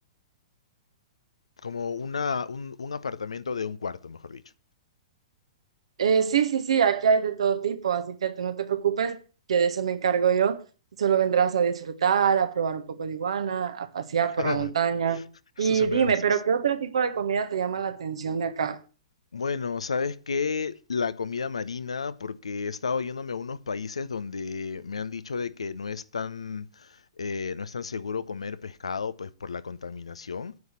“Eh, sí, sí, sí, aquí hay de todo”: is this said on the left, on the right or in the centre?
Right